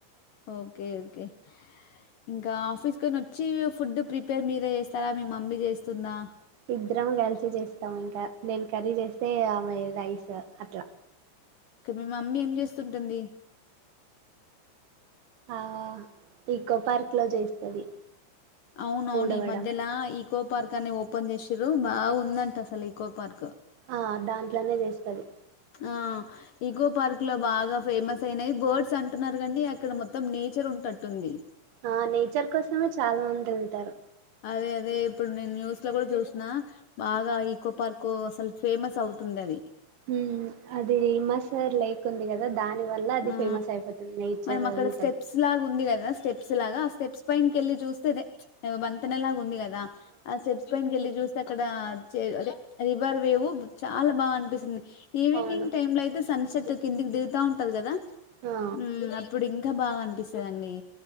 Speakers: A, on the left; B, on the right.
A: ఓకే ఓకే. ఇంకా ఆఫీస్కని వచ్చీ ఫుడ్ ప్రిపేర్ మీరే చేస్తారా మీ మమ్మీ చేస్తుందా.
B: ఇద్దరం కలిసి చేస్తాం ఇంకా, నేను కర్రీ చేస్తే ఆమె రైస్ అట్లా.
A: ఇక మీ మమ్మీ ఏం చేస్తుంటుంది.
B: ఆ ఈకో పార్క్ లో చేస్తది.
A: అవున్ అవును
B: ఊడవడం
A: ఈ మధ్యలా ఈ కో పార్క్ అని ఓపెన్ చేశిర్రూ, బాగాగుందంట అసలు ఈకో పార్క్.
B: ఆ దాంట్లోనే చేస్తది.
A: ఆ ఈకో పార్క్ లో బాగా ఫేమస్ అయినది బర్డ్స్ అంటున్నారు గానీ అక్కడ మొత్తం నేచర్ ఉంటట్టుంది.
B: ఆ నేచర్ కోసమే చాలా మంది యెల్తారు.
A: అదే అదే ఇప్పుడు నేను న్యూస్ లో కూడా చూశినా, బాగా ఈకో పార్కూ అసల్ ఫేమస్ అవుతుంది అది.
B: హ్మ అదీ మా సార్లైక్ ఉంది కదా దాని వల్ల అది
A: ఆ
B: ఫేమస్ అయిపోతుంది నేచర్
A: మనం అక్కడ
B: ఇంకని
A: స్టెప్స్ లాగా ఉంది గదా స్టెప్ స్ప్స్ లాగా ఆ స్టెప్స్ పైన్ కెళ్లి చూస్తే అదే ఏదొ వంతెనలాగా ఉంది గద్ దా. ఆ స్టెప్స్ పైన్ కెళ్ళి చూస్తే అక్కడా చే అదే రివర్ వేవు చాలా బాగా అనిపిస్తుంది. ఈవనింగ్
B: అవును
A: టైమ్ లో అయితే సన్సెట్. కిందికి దిగుతావుంట్ టది గదా.
B: ఆ
A: ఉమ్ అప్పుడింక్ కా బాగా అనిపిస్తదండీ.